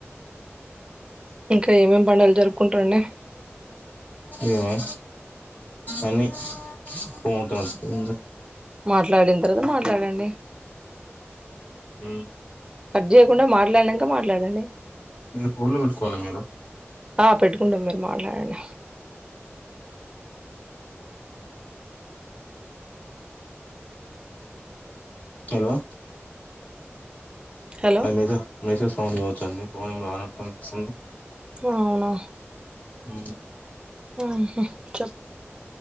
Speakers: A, on the right; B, on the left.
A: ఇంకా ఏమేమి పండగలు జరుపుకుంటారండి.
B: ఇవే అన్ని <unintelligible>
A: మాట్లాడింద్ తర్వాత మాట్లాడండి
B: ఉ
A: జెయకుండా మాట్లాడినంక మాట్లాడండి
B: మీరు ఫోన్ లో పెట్టుకోవాలి మీరు
A: ఆ పెట్టుకుంటాం మరి మాట్లా హన
B: హలో
A: హలో
B: అది మెసేజ్ మెసేజ్ సౌండ్ కావొచ్చండి. ఫోన్ ఎం రానట్టు అనిపిస్తుంది.
A: అవునా
B: ఉ
A: ఆహా చెప్